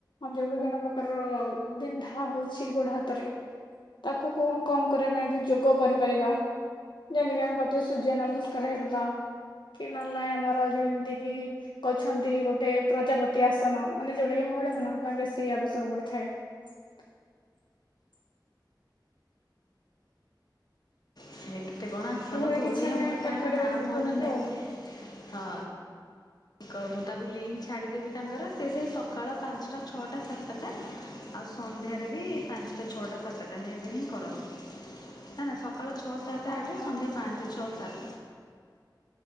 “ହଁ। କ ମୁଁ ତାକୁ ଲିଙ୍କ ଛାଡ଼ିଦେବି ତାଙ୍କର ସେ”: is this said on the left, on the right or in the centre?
Left